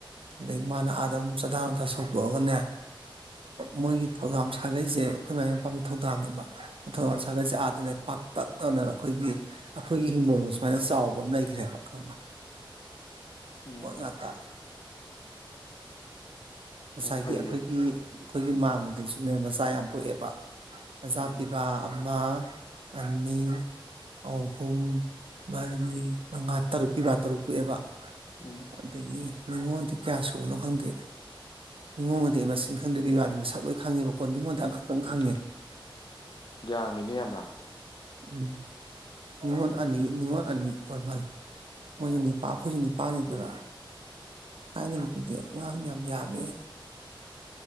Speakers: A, on the right; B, on the left.
A: ꯑꯗꯗꯒꯤ ꯃꯥꯅ ꯑꯥꯗ ꯑꯃꯨꯛ ꯆꯗꯥ ꯂꯊ ꯁꯧꯗꯣꯛꯑꯒꯅꯦ ꯃꯣꯏꯒꯤ ꯊꯧꯗꯥꯝ ꯁꯥꯒꯩꯁꯦ ꯑꯩꯈꯣꯏ ꯃꯥꯏ ꯃꯄꯥ ꯊꯧꯗꯥꯝꯅꯦꯕ ꯊꯧꯗꯥꯝ ꯁꯥꯒꯩꯁꯦ ꯑꯥꯗꯅꯦ ꯄꯥꯛꯇꯛꯅꯅ ꯑꯩꯈꯣꯏꯒꯤ ꯑꯩꯈꯣꯏꯒꯤ ꯍꯤꯡꯒꯣꯜꯅꯨꯡ ꯁꯨꯃꯥꯏꯅ ꯆꯥꯎꯕ ꯑꯃ ꯂꯩꯈ꯭ꯔꯦꯕ ꯈꯪꯕ
B: ꯎꯝ
A: ꯍ ꯉꯥꯛꯠꯇ ꯉꯁꯥꯏꯒꯤ
B: ꯑꯣ ꯐꯩꯌꯦ
A: ꯑꯩꯈꯣꯏꯒꯤ ꯑꯩꯈꯣꯏꯒꯤ ꯃꯥꯃꯗꯁꯨ ꯁꯤꯅꯦ ꯃꯆꯥ ꯌꯥꯝ ꯄꯣꯛꯑꯦꯕ ꯃꯆꯥꯥ
B: ꯎꯝ
A: ꯄꯤꯕ ꯑꯃ ꯑꯅꯤ ꯑꯍꯨꯝ ꯃꯔꯤ ꯃꯉꯥ ꯇꯔꯨꯛ ꯄꯤꯕ ꯇꯔꯨꯛ ꯄꯣꯛꯑꯦꯕ
B: ꯎꯝ
A: ꯑꯗꯒꯤ ꯅꯉꯣꯟꯗꯤ ꯀꯌꯥ ꯁꯨꯕꯅꯣ ꯈꯪꯗꯦ ꯅꯣꯡꯃꯗꯤ ꯃꯁꯤꯡ ꯈꯟꯗꯕꯒꯤ ꯋꯥꯗ ꯃꯁꯛ ꯂꯣꯏ ꯈꯪꯉꯦꯕꯀꯣ ꯅꯤꯡꯉꯣꯟꯗ ꯑꯃꯈꯛꯇꯪ
B: ꯎꯝ
A: ꯈꯪꯉꯦ
B: ꯌꯥꯝꯃꯤꯅꯦ ꯌꯥꯝꯅ
A: ꯎꯝ ꯅꯤꯡꯅꯤꯉꯣꯟ ꯑꯅꯤ ꯅꯤꯡꯅꯤꯉꯣꯟ ꯑꯅꯤ ꯍꯣꯏ ꯃꯥꯜꯂꯦ ꯃꯣꯏꯁꯨ ꯅꯤꯄꯥ ꯑꯩꯈꯣꯏꯁꯨꯦꯅꯤ ꯄꯅꯤꯗꯨꯔ ꯀꯅꯤꯒ ꯄꯤꯗ ꯑꯉꯥꯡ ꯌꯥꯝ ꯌꯥꯕ